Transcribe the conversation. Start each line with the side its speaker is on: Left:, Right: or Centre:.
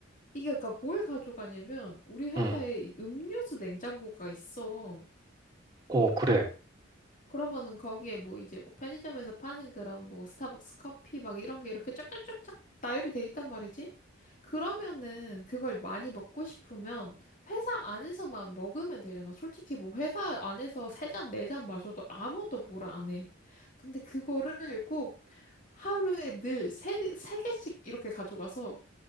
Left: 이게 그러니까 뭘 가져가냐면 우리 회사에
Right: 응.
Left: 이 음료수 냉장고가 있어.
Right: 어, 그래. 아,
Left: 그러면은 거기에 뭐 이제 뭐 편의점에서 파는 그런 뭐 스타벅스 커피 막 이런 게 이렇게 쫙쫙쫙쫙 나열이 돼 있단 말이지. 그러면은 그걸 많이 먹고 싶으면 회사 안에서만 먹으면 되잖아. 솔직히 뭐 회사 안에서 세 잔, 네 잔 마셔도 아무도 뭐라 안 해. 근데 그거를 꼭 하루에 늘 세, 네, 세 개씩 이렇게 가져가서